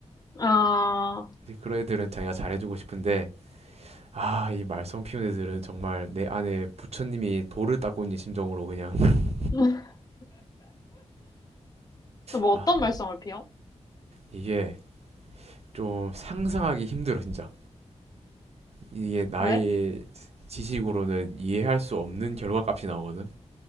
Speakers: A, on the left; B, on the right.
A: 아,
B: 그런 애들은 자기가 잘해주고 싶은데 아, 이 말썽 피운 애들은 정말 내 안에 부처님이 돌을 닦고 있는 심정으로 그냥 <laughs>
A: <laughs> 뭐
B: 아,
A: 어떤 말썽을 피워?
B: 이게 좀 상상하기 힘들어 진짜. 이게 나의
A: 왜?
B: 지식으로는 이해할 수 없는 결과값이 나오거든.